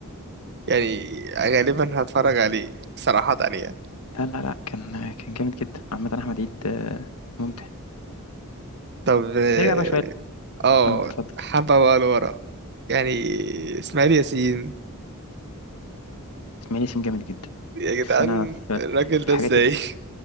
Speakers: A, on the right; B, on the left.
A: يعني غالبا هتفرج عليه صراحة يعني
B: لا لا لا كان آه، كان جامد جدا عامة أحمد عيد آه، ممتع
A: طب اه
B: نرجع بقى شوية
A: آه،
B: اه اتفضل
A: حبة بقى لورا يعني اسماعيل ياسين
B: إسماعيل ياسين جامد جدا
A: يا جدعان
B: بس أنا في
A: الراجل
B: في
A: ده
B: الحاجات
A: ازاي